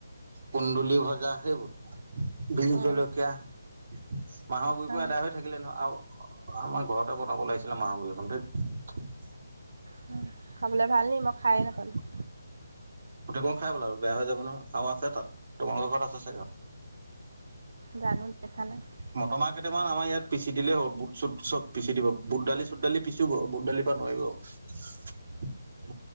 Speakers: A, on the right; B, on the right.
A: কুন্দুলি ভজা সেইবোৰ বি
B: অ
A: জলকীয়া মাহৰ গুৰিকো
B: অ
A: এদায় হৈ থাকিলে নহয় আও আমাৰ ঘৰতে বনাব লাগিছ চিল মাহৰ গুৰি অকন ঠেইত
B: হয় খাবলে ভাল নি মই খায়েই নাপালোঁ
A: গোটেই খাই পেলালোঁ বেয়া হৈ যাব ন আও আছে তাত তোমালোকৰ ঘৰত আছে চাগা
B: জানো দেখা নাই
A: মটৰমাহ কেইটামান আমাৰ ইয়াত পিচি দিলেই হ'ব বুট চুট চব পিচি দিব বুট দালি চুট দালি পিছো ব বুট দালিৰ পা নোৱাৰিব <unintelligible>